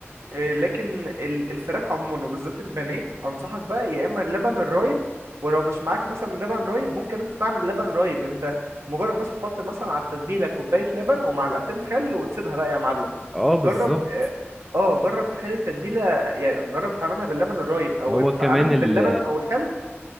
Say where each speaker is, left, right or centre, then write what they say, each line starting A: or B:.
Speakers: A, on the right; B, in the centre.
A: آه، لكن ال- الفراخ عموما وبالذات البانيه انصحك بقى يا اما اللبن الرايب ولو مش معاك مثلا لبن رايب ممكن انت تعمل لبن رايب انت مجرد بس تحط مثلا على التتبيله كوبايه لبن ومعلقتين خل وتسيبها بقى يا معلم
B: اه بالظبط
A: جرب اه جرب تخلي التتبيله يعني جرب تعملها باللبن الرايب او
B: هو
A: انت
B: كمان
A: اعملها
B: ال...
A: باللبن والخل